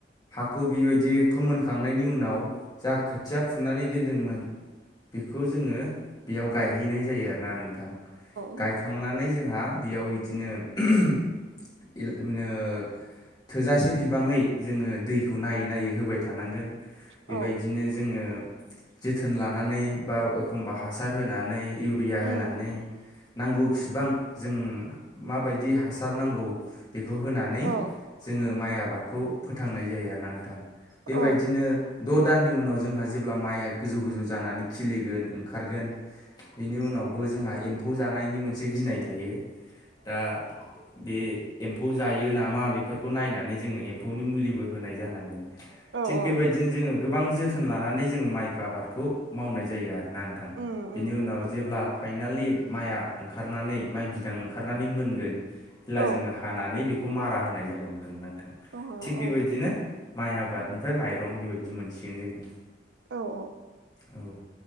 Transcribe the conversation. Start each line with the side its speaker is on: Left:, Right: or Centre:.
Left: खौ बिबायदि फोमोनखांनायनि उनाव जा खोथिया फुनानै दोनदोंमोन बेखौ जोङो बेयाव गायहैनाय जायो आरोना नोंथां
Right: औ
Left: गायखांनानै जों हा बेयाव इदिनो <unintelligible> थोजासे बिबाङै जोङो दै खौ नायै नायै होबाय थानांगोन बेबायदिनो
Right: औ
Left: जोङो जोथोन लानानै बा एखमबा हासार होनानै इउरिया
Right: उम
Left: होनानै नांगौ खुसिबां <unintelligible> जों माबायदि हासार नांगौ बेखौ होनानै
Right: औ
Left: जोङो माइ आबादखौ फोथांनाय जायो आरोना नोंथां। बेबायदिनो
Right: औ
Left: द' दाननि उनाव जोंहा जेब्ला माइया गोजौ गोजौ जानानै खिलिगोन ओंखारगोन बेनि उनावबो जोंहा एम्फौ जानायनि मोनसे गिनाय थायो दा बे एम्फौ जायो नामा बेफोरखौ नायनानै जोङो एम्फौनि मुलिबो होनाय जानांगोन।
Right: औ
Left: थिग
Right: औ
Left: बेबायदिनो जोङो गोबां जोथोन लानानै जोङो माइखो आबादखौ मावनाय जायो आरो। ना नोंथां
Right: उम
Left: बिनि
Right: उम उम
Left: उनाव जेब्ला फाइनालि माइआ ओंखारनानै माइ बिदां ओंखारनानै मोनगोन अब्ला
Right: औ
Left: <unintelligible> जोङो हानानै बेखौ मारा होनाय जागोन आरो नोंथां
Right: औ
Left: थिग
Right: औ
Left: बेबायदिनो माइ आबादनिफ्राय माइरं बेबायदि मोनसिगोन जोङो।
Right: औ औ
Left: औ